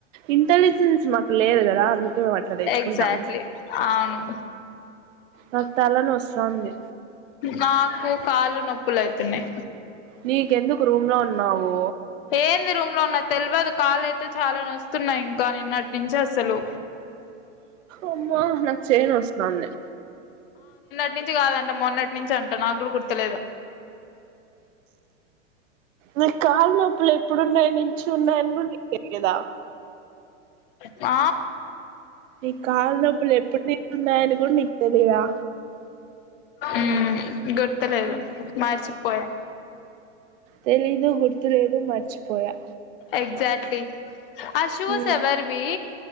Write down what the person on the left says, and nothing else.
ఎగ్జాక్ట్లీ అవును
నాకు కాళ్లు నొప్పులు అయితున్నాయి
ఏంది రూమ్ లో ఉన్న తెలవదు కాళ్ళ అయితే చాలా నొస్తున్నాయి ఇంకాని నిన్నటించసలు
నించి గాదంట మొన్నటి నించి అంట నాగూడ గుర్తులేదు
<inaudible> ఆ
ఊమ్ గుర్తలేదు మర్చిపోయా
ఎక్జాక్ట్లీ ఆ షూస్
ఎవర్వి